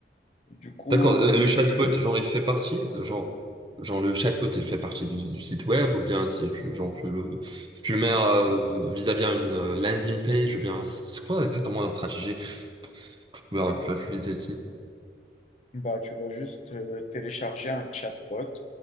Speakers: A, on the left; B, on the right.
A: Du coup,
B: D'accord, euh,
A: tu,
B: le chatbot, genre, il fait partie, euh, genre, genre le chatbot, il fait partie du, du site web, ou bien c'est- tu, genre, tu le, tu le mets euh, vis-à-vis à une euh, landing page, ou bien c'est c'est quoi exactement la stratégie que tu vas, que tu vas utiliser ici?
A: bah, tu vas juste euh, télécharger un chatbot.